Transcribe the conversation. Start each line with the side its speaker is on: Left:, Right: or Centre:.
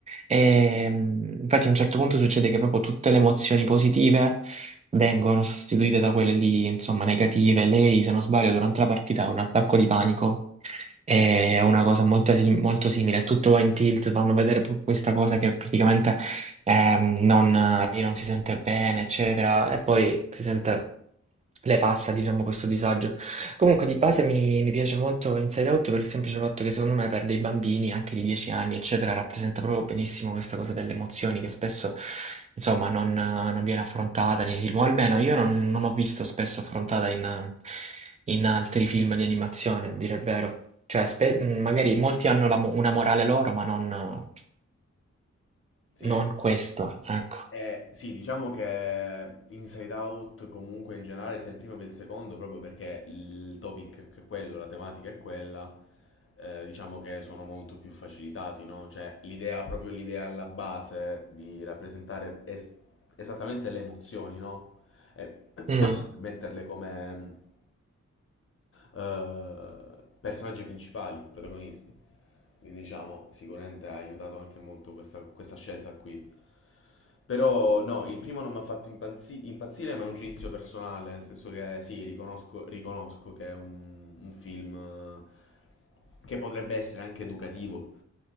Right: E, mh, infatti a un certo punto succede che proprio tutte le emozioni positive vengono sostituite da quelle lì, insomma, negative. Lei, se non sbaglio, durante la partita ha un attacco di panico è una cosa molto, sim- molto simile, tutto va in tilt, fanno vedere pu- questa cosa che praticamente ehm, non, lì non si sente bene, eccetera, e poi si sente. Lei passa, diciamo, questo disagio. Comunque di base mi, mi piace molto Inside Out per il semplice fatto che secondo me per dei bambini anche di 10 anni, eccetera, rappresenta proprio benissimo questa cosa delle emozioni che spesso, insomma, non, eh, non viene affrontata nei film, o almeno io non, non ho visto spesso affrontata in, eh, in altri film di animazione, a dire il vero. Cioè, spe- mm, magari molti hanno la mo- una morale loro, ma non, eh,
Left: sì.
Right: non questo, ecco.
Left: Eh, sì, diciamo che Inside Out comunque in generale sia il primo che il secondo, proprio perché il topic è quello, la tematica è quella, eh, diciamo che sono molto più facilitati, no? Cioè l'idea, proprio l'idea alla base di rappresentare es- esattamente le emozioni, no? E <coughs>
Right: Mm.
Left: metterle come eh, personaggi principali, protagonisti. Quindi diciamo, sicuramente ha aiutato anche molto questa, questa scelta qui. Però no, il primo non mi ha fatto impazzi- impazzire, ma è un giudizio personale, nel senso che sì, riconosco, riconosco che è un, un film eh, che potrebbe essere anche educativo,